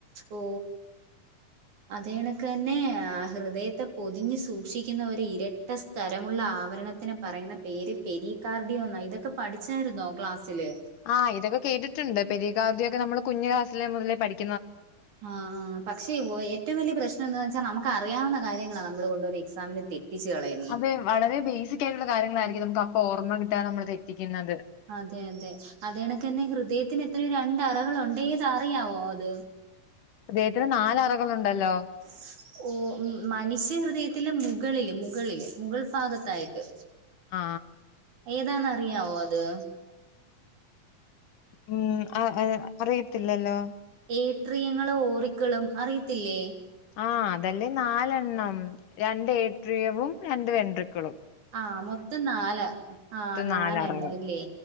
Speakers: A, on the right; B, on the left.
A: ഓ അതേണക്ക് തന്നെ ആ ഹൃദയത്തെ പൊതിഞ്ഞു സൂക്ഷിക്കുന്ന ഒരു ഇരട്ട സ്തരമുള്ള ആവരണത്തിനെ പറയുന്ന പേര് പെരിക്കാർഡിയോ എന്നാ. ഇതൊക്കെ പഠിച്ചായിരുന്നോ ക്ലാസ്സില്?
B: ആ ഇതൊക്കെകേട്ടിട്ടുണ്ട്. പെരി കാർഡിയോ നമ്മള് കുഞ്ഞു ക്ലാസില് മുതലേ പഠിക്ക
A: ആ ആ പക്ഷേ ഏറ്റവും വലിയ പ്രശ്നം എന്താ വെച്ചാൽ നമുക്കറിയാവുന്ന കാര്യങ്ങളാണ് നമ്മള് കൊണ്ടുവന്ന് എക്സാമിന് തെറ്റിച്ച് കളയും.
B: അതെ വളരെ ബേസിക് ആയിട്ടുള്ള കാര്യങ്ങളായിരിക്കും നമുക്ക് അപ്പൊ ഓർമ്മ കിട്ടാതെ നമ്മള് തെറ്റിക്കുന്നത്.
A: അതെ അതെ അതേണക്ക് തന്നെ ഹൃദയത്തിന് എത്ര രണ്ട് അറകളുണ്ട് ഏതാ അറിയാവോ അത്?
B: ഹൃദയത്തിന് നാലറകളുണ്ടല്ലോ.
A: <inaudible> ഓ മനുഷ്യ ഹൃദയത്തിലെ മുകളില് മുകളില് മുഗൾ ഭാഗത്തായിട്ട്
B: ആ
A: ഏതാണന്ന് അറിയാവോ അത്?
B: ഉം. അറിയത്തില്ലല്ലോ?
A: ഏട്രിയങ്ങളും ഓറിക്കളും അറിയത്തില്ലേ?
B: ആ അതല്ലേ നാലെണ്ണം രണ്ട് ഏട്രിയവും രണ്ട് വെട്രുക്കളും.
A: ആ മൊത്തം നാല് ആ നാലെണ്ണ
B: നാലറകൾ
A: മല്ലേ